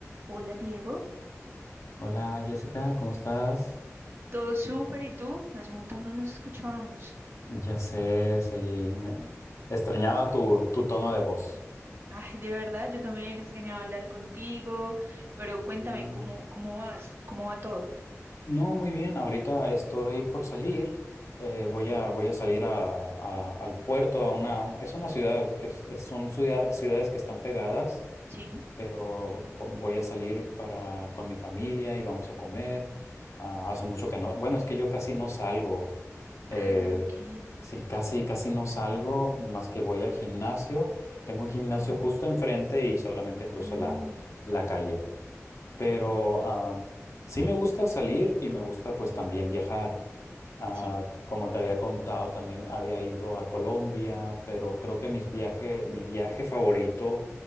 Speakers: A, on the right (about 45°); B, on the left (about 65°).
A: Hola Diego,
B: Hola Jessica, ¿cómo estás?
A: todo súper ¿y tú? Hace un montón no nos escuchábamos.
B: Ya sé, sí, me- extrañaba tu, tu tono de voz.
A: Ay, de verdad, yo también extrañaba hablar contigo, pero cuéntame,
B: Sí.
A: ¿cómo, cómo vas? ¿Cómo va todo?
B: No, muy bien, ahorita estoy por salir, eh, voy
A: Ujú,
B: a, voy a salir a- a- al puerto, a una, es una ciudad, es- es- son ciudad- ciudades que están pegadas.
A: Sí.
B: pero po- voy a salir para con mi familia y vamos a comer. Ah, hace mucho que no. Bueno, es que yo casi no salgo. Eh,
A: Ah, ok.
B: sí, casi, casi no salgo, más que voy al gimnasio. Tengo un gimnasio
A: Ujú,
B: justo enfrente y solamente cruzo
A: mm,
B: la, la calle.
A: ok,
B: Pero ah, sí me gusta salir y me gusta pues también viajar. Ah,
A: sí.
B: como te había contado, también había ido a Colombia, pero creo que mis viaje, mi viaje favorito